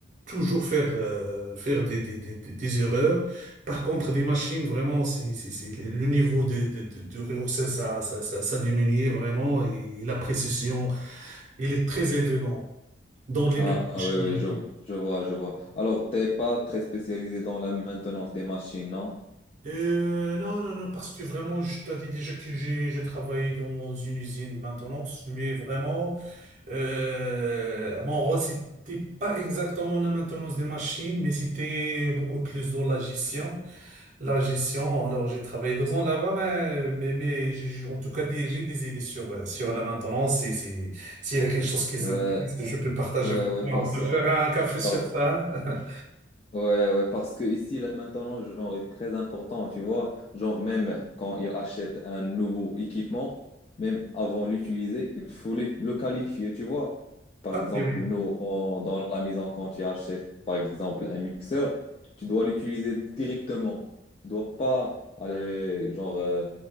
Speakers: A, on the right; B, on the left.
A: toujours faire euh, faire des, des, des, des des erreurs. Par contre, des machines, vraiment, c'est, c'est, c'est- le niveau de, de, de, de réussite, ça, ça, ça, ça diminuait vraiment et la précision, elle est très élevée dans, dans les
B: Ah,
A: machines.
B: ah, oui, oui, je, je vois, je vois. Alors, t'es pas très spécialisé dans la maintenance des machines, non?
A: euh, non, non, non, parce que vraiment, je t'ai dit déjà que j'ai j'ai travaillé dans une usine de maintenance, mais vraiment, euh, mon rôle, c'était pas exactement la maintenance des machines, mais c'était beaucoup plus dans la gestion. La gestion, alors j'ai travaillé deux ans là-bas, mais, mais, mais j'ai- en tout cas des- j'ai des idées sur, euh, sur la maintenance et c'est, s'il y a quelque chose qui vous
B: Ouais,
A: je peux partager
B: ouais,
A: avec
B: ouais,
A: toi.
B: parce,
A: On peut faire un café sur
B: par-
A: ça. <laughs>
B: Ouais, ouais, parce que ici, là, maintenant, genre, est très important, tu vois. Genre, même quand ils achètent un nouveau équipement, même avant l'utiliser, il faut le, le qualifier, tu vois. Par
A: Ah,
B: exemple,
A: mais oui,
B: nous, on- dans la maison, quand tu achètes, par exemple, un mixeur, tu dois l'utiliser directement. Tu dois pas aller, genre, euh,